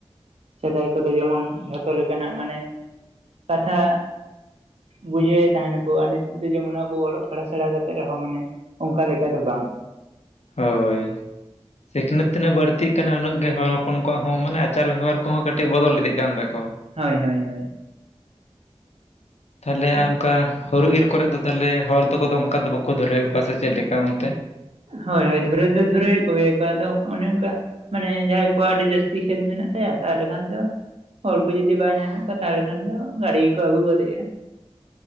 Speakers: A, on the right; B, on the left.
A: ᱥᱮᱫᱟᱭ ᱠᱚᱫᱚ ᱡᱮᱢᱚᱱ ᱡᱷᱚᱛᱚ ᱞᱮᱠᱟᱱᱟᱜ ᱢᱟᱱᱮ ᱠᱟᱛᱷᱟ, ᱵᱩᱡᱷᱟᱹᱣ ᱮᱫ ᱛᱟᱦᱮᱱᱟ ᱠᱚ ᱟᱨ ᱱᱤᱛᱚᱜ ᱫᱚ ᱡᱮᱢᱚᱱ ᱟᱵᱚ ᱚᱞᱚᱜ ᱯᱟᱲᱦᱟᱜ ᱥᱮᱬᱟ ᱠᱟᱛᱮᱜ ᱨᱮᱦᱚᱸ ᱢᱟᱱᱮ, ᱚᱱᱠᱟ ᱞᱮᱠᱟ ᱫᱚ ᱵᱟᱝ᱾
B: ᱦᱳᱭ ᱥᱤᱠᱷᱱᱟᱹᱛ ᱛᱤᱱᱟᱹᱜ ᱵᱟᱹᱲ ᱛᱤᱜ ᱠᱟᱱᱟ ᱩᱱᱟᱹᱜ ᱜᱮ ᱦᱚᱲ ᱦᱚᱯᱚᱱ ᱠᱚᱣᱟᱜ ᱦᱚᱸ ᱢᱟᱱᱮ ᱟᱪᱟᱨ ᱵᱮᱵᱚᱦᱟᱨ ᱠᱚᱦᱚᱸ ᱠᱟᱹᱴᱤᱜ ᱵᱚᱫᱚᱞ ᱤᱫᱤᱜ ᱠᱟᱱ ᱛᱟᱠᱚᱣᱟ᱾
A: ᱦᱳᱭ ᱦᱳᱭ ᱦᱳᱭ,
B: ᱛᱟᱦᱚᱞᱮ
A: ᱦᱳᱭ
B: ᱚᱱᱠᱟ ᱦᱚᱨᱩ ᱤᱨ ᱠᱚᱨᱮ ᱫᱚ ᱛᱟᱦᱚᱞᱮ ᱦᱚᱲ ᱫᱚ ᱠᱚᱫᱚ ᱚᱱᱠᱟ ᱫᱚ ᱵᱟᱠᱚ ᱫᱷᱩᱨᱟᱹᱮᱫ ᱠᱚᱣᱟ ᱥᱮ ᱪᱮᱫ ᱞᱮᱠᱟ ᱚᱱᱛᱮ?
A: ᱦᱳᱭ ᱦᱳᱭ ᱫᱷᱩᱨᱟᱹᱭ ᱫᱚ ᱫᱷᱩᱨᱟᱹᱭ ᱮᱫ ᱠᱚᱜᱮᱭᱟ ᱠᱚ ᱟᱫᱚ ᱚᱱᱮ ᱚᱱᱠᱟ? ᱢᱟᱱᱮ ᱡᱟᱦᱟᱸᱭ ᱠᱚᱣᱟᱜ ᱟᱹᱰᱤ ᱡᱟᱹᱥᱛᱤ ᱠᱷᱮᱛ ᱢᱮᱱᱟᱜ ᱛᱟᱭᱟ ᱛᱟᱦᱚᱞᱮ ᱠᱷᱟᱱ ᱫᱚ, ᱦᱚᱲ ᱠᱚ ᱡᱩᱫᱤ ᱵᱟᱭ ᱧᱟᱢᱮᱫ ᱠᱚᱣᱟ ᱛᱟᱦᱚᱞᱮ ᱠᱷᱟᱱ ᱫᱚ ᱜᱟᱹᱰᱤ ᱜᱮᱠᱚ ᱟᱹᱜᱩ ᱜᱚᱫᱮᱜᱼᱟ᱾